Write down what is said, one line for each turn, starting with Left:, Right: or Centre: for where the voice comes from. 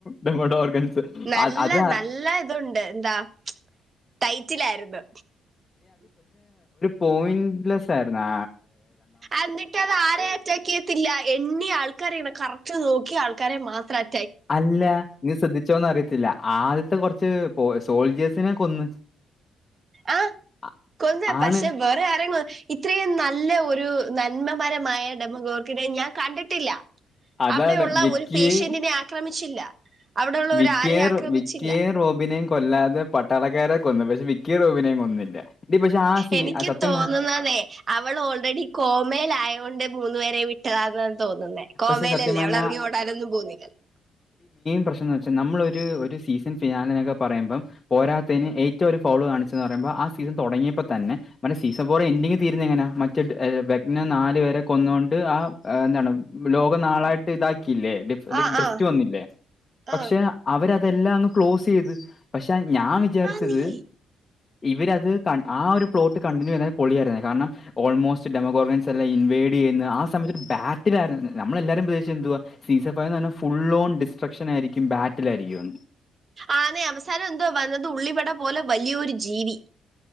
Left: ഡെമോഡ് ഓർഗൻസ്.
Right: നല്ല
Left: അത് അത് ആ-
Right: നല്ല ഇതുണ്ട് എന്താ. ടൈറ്റിലായിരുന്നു.
Left: പോയില്ല സാർ നാ.
Right: എന്നിട്ട് അത് ആരേ അറ്റാക്ക് ചെയ്യത്തില്ല എണ്ണീ ആൾക്കാരെയാണ് കറക് റ്റ് നോക്കി ആൾക്കാരെ മാത്രം അ
Left: അല്ല നീ ശ്രദ്ധിച്ചോന്ന് അറിയ ത്തില്ല ആദ്യത്തെ കൊറച്ച് പോ സോൾഡിയേസിനെ കൊന്ന്.
Right: ആ
Left: അ
Right: കൊന്ന് പക്ഷെ
Left: ആണ്.
Right: വേറെ ആരെ ഇത്രയും നല്ല ഒരു നന്മമരമായ ഡെമോഗോർക്കിനെ ഞാൻ കണ്ടിട്ടില്ല.
Left: അതാണ്.
Right: അവിടെയുള്ള
Left: വിക്കിയെ
Right: ഒരു പേഷ്യന്റിനെ ആക്രമിച്ചില്ല. അവിടെയുള്ള
Left: വിക്കിയെ
Right: ഒരു ആരെ ആക്രമിച്ചില്ല
Left: വിക്കിയെയും റോബിനെയും കൊല്ലാതെ പട്ടാളക്കാരെ കൊന്ന് പക്ഷേ വിക്കിയെ റോബിനെയും കൊന്നില്ല. എടീ പക്ഷേ ആ സീ
Right: എനിക്ക്
Left: ആ സത്യം
Right: തോന്നുന്നതേ
Left: പ
Right: അവൾ ഓൾറെഡി കോമൽ ആയ കൊണ്ട് മൂന്നു പേരെ വിട്ടതാന്ന് തോന്നുന്നേ കോമയിലല്ലേ
Left: പക്ഷേ സത്യം പറഞ്ഞാ
Right: അവള് ഇറങ്ങി ഓടാനൊന്നും പോന്നില്ലല്ലോ.
Left: പ്രശ്നംന്ന് വെച്ചാൽ നമ്മളൊരു സീസൺ ഫിനാലിനൊക്കെ പറയുമ്പം പോരാത്തതിന് ഏറ്റവും ഒരു ഫൗള് കാണിച്ചെന്ന് പറയുമ്പോൾ ആ സീസൺ തുടങ്ങിയപ്പോ തന്നെ മറ്റെ സീസൺ ഫോർ എൻഡിങ്ങിൽ തീരുന്നതങ്ങനാ മറ്റ് ഏ വേഗ്നെ നാല് വരെ കൊന്ന ണ്ട് ആ എന്താണ് ലോകം നാളായിട്ട് ഇതാക്കിയില്ലേ
Right: ആ
Left: ഡ്രിഫ്റ്റ്
Right: ആ
Left: വന്നില്ലേ
Right: ആ
Left: പക്ഷെ അവരത് അതെല്ലാം അങ്ങ് ക്ലോസ് ചെയ്ത് പക്ഷെ ഞാൻ വിചാരിച്ചത്
Right: ആന്നേ
Left: ഇവരത് ക ആ ഒരു പ്ലോട്ട് കണ്ടിന്യൂ ചെയ്യുന്ന പൊളിയായിരുന്നെനെ കാരണം ഓൾമോസ്റ്റ് ഡമോകോർഗനൻസ് എല്ലാം ഇൻവ പേഡ് ചെയ്യുന്ന ആ സമയത്ത് ഒരു ബാറ്റിലായിരുന്നു നമ്മളെല്ലാരും പ്രതീക്ഷിച്ചതെന്തുവാ സീസൺഫൈവ് എന്ന് പറഞ്ഞാൽ ഫുൾ ഓൺ ഡിസ്ട്രക്ഷൻ ആയിരിക്കും ബാറ്റിലായിരിക്കും
Right: ആന്നെ അവസാനം എന്തുവാ വന്നത് ഉള്ളിവട പോലെ വലിയൊരു ജീവി